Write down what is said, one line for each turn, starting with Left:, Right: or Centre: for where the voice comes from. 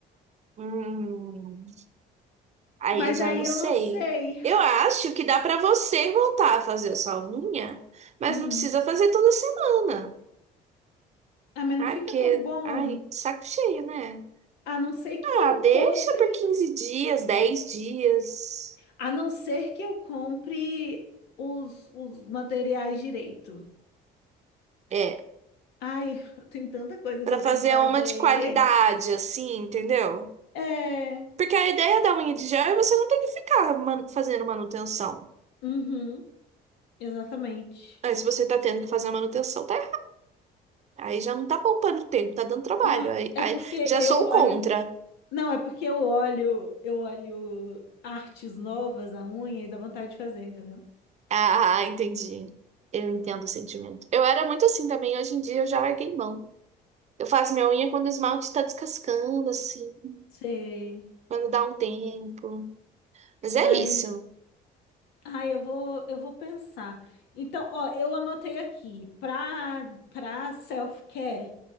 Right: Hum, aí
Left: Mas
Right: eu já
Left: aí
Right: não
Left: eu
Right: sei.
Left: não sei.
Right: Eu acho que dá pra você voltar a fazer a sua unha, mas
Left: Hum.
Right: não precisa fazer toda semana.
Left: Ah, mas não
Right: Ai,
Left: fica
Right: porque,
Left: tão bom.
Right: ai, saco cheio, né?
Left: A não ser que
Right: Ah,
Left: eu
Right: deixa
Left: compre,
Right: por 15 dias, 10 dias.
Left: a não ser que eu compre os, os materiais direito.
Right: É,
Left: Ai, <laughs> tem tanta coisa
Right: pra
Left: que eu
Right: fazer
Left: tenho que fazer.
Right: uma de qualidade, assim, entendeu?
Left: É.
Right: Porque a ideia da unha de gel é você não ter que ficar man- fazendo manutenção.
Left: Uhum, exatamente.
Right: Aí, se você tá tendo que fazer a manutenção, tá Aí já não tá poupando tempo, tá dando trabalho.
Left: Não,
Right: Aí,
Left: é
Right: aí
Left: porque
Right: já
Left: eu
Right: sou
Left: olho.
Right: o contra.
Left: Não, é porque eu olho, eu olho artes novas na unha e dá vontade de fazer, entendeu?
Right: Ah, ah, entendi. Eu entendo o sentimento. Eu era muito assim também, hoje em dia eu já larguei mão. Eu faço minha unha quando o esmalte tá descascando, assim,
Left: Sei.
Right: quando dá um tempo. Mas é
Left: Ai,
Right: isso.
Left: ai, eu vou, eu vou pensar. Então, ó, eu anotei aqui, para para self-care,